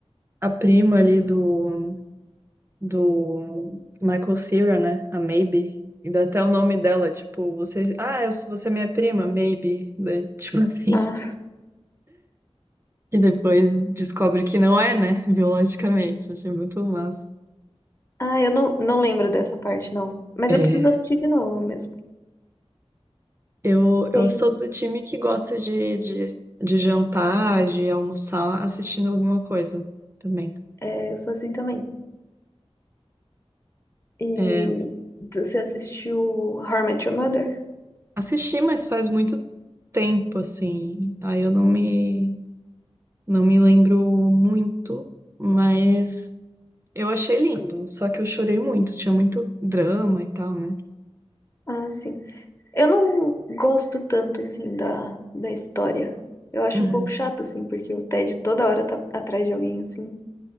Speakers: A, on the right; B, on the left.
A: A prima ali do, do Michael Cera, né? A Maybe. E dá até o nome dela, tipo, você. Ah, eu, sou- você é minha prima, Maybe. Daí, tipo, <laughs>
B: Ah,
A: e depois descobre que não é, né? Biologicamente. Achei muito massa.
B: ah eu não, não lembro dessa parte, não. Mas
A: É.
B: eu preciso assistir de novo mesmo.
A: Eu, eu
B: Tem.
A: sou do time que gosta de, de, de jantar, de almoçar, assistindo alguma coisa também.
B: É, eu sou assim também. E
A: É,
B: você assistiu How I Met Your Mother?
A: assisti, mas faz muito tempo, assim. Aí eu não me, não me lembro muito, mas eu achei lindo. Só que eu chorei muito, tinha muito drama e tal, né?
B: Ah, sim. Eu não gosto tanto, assim, da, da história. Eu acho
A: Uhum.
B: um pouco chato, assim, porque o Ted toda hora tá atrás de alguém, assim.